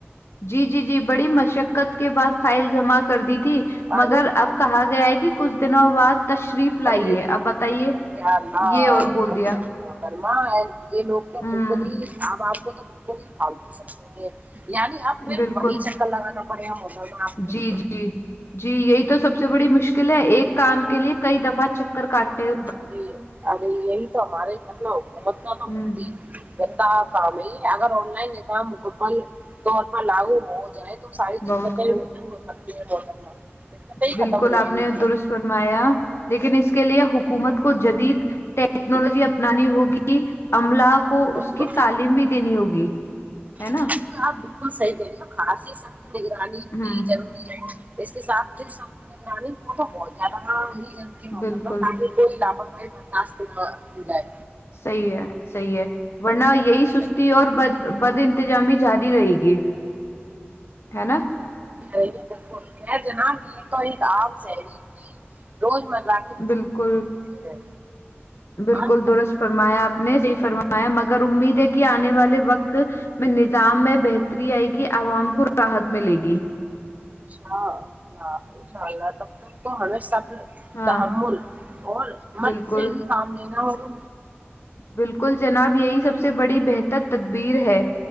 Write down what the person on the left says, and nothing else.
جی جی جی بڑی مشقت کے بعد فائل جمع کر دی تھی مگر
اب کہا گیا ہے کہ کچھ دنوں بعد تشریف
لائی ہے اب بتائیے
یہ اور بول دیا
ہوں
بالکل
جی جی جی یہی تو سب سے بڑی مشکل ہے ایک کام کے لیے کئی دفعہ چک کر کاٹے
ہوں
بہت
خوب
بالکل
آپ نے
درست فرمایا لیکن اس کے لیے حکومت کو جدید ٹیکنالوجی
اپنانی ہوگی کی عملہ کو
اس کی تعلیم بھی دینی ہوگی ہے
نا
ہوں
بالکل
صحیح ہے صحیح ہے ورنہ یہی سستی
اور بد بد انتظامی جاری رہے گی ہے نا
بالکل
بالکل
درست فرمایا آپ نے صحیح فرمایا مگر امید ہے کہ آنے والے وقت میں نظام میں بہتری آئے گی عوام کو راحت ملے گی
ہاں
بالکل
بالکل جناب یہی سب سے بڑی بہتر تدبیر ہے